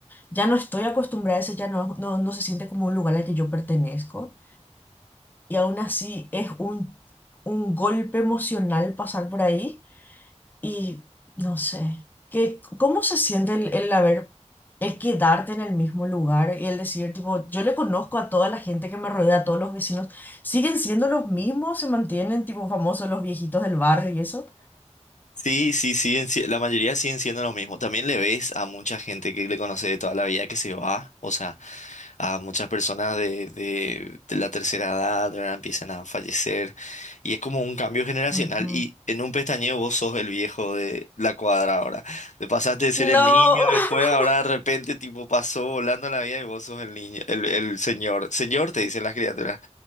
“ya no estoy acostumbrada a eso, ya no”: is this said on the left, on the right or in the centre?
Left